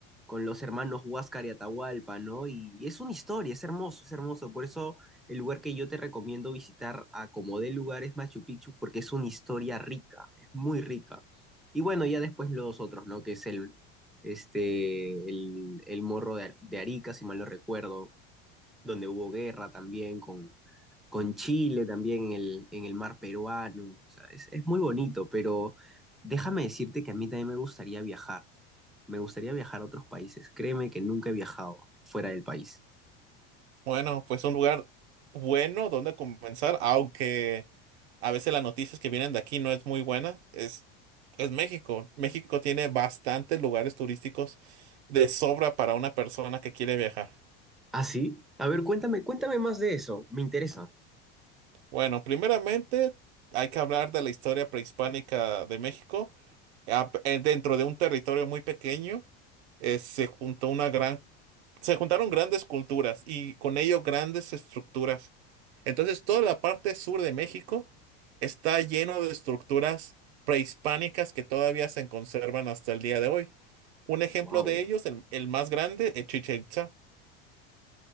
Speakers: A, in the centre; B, on the right (about 85°).
A: con los hermanos Huáscar y Atahualpa, ¿no? Y, y es una historia, es hermoso, es hermoso. Por eso el lugar que yo te recomiendo visitar a como de lugar es Machu Picchu, porque es una historia rica, es muy rica. Y bueno, ya después los otros, ¿no? Que es el, este, el, el morro de, de Arica, si mal no recuerdo donde hubo guerra también con, con Chile, también en el, en el mar peruano. O sea, es, es muy bonito, pero déjame decirte que a mí también me gustaría viajar. Me gustaría viajar a otros países. Créeme que nunca he viajado fuera del país.
B: Bueno, pues un lugar bueno donde comenzar, aunque a veces las noticias que vienen de aquí no es muy buena, es, es México. México tiene bastantes lugares turísticos de sobra para una persona que quiere viajar.
A: ¿Ah, sí? A ver, cuéntame, cuéntame más de eso. Me interesa.
B: Bueno, primeramente hay que hablar de la historia prehispánica de México. Ah, p- eh, Dentro de un territorio muy pequeño, eh, se juntó una gran, se juntaron grandes culturas y con ello grandes estructuras Entonces, toda la parte sur de México está lleno de estructuras prehispánicas que todavía se conservan hasta el día de hoy. Un ejemplo
A: Wow.
B: de ellos, el, el más grande, es Chichén Itzá.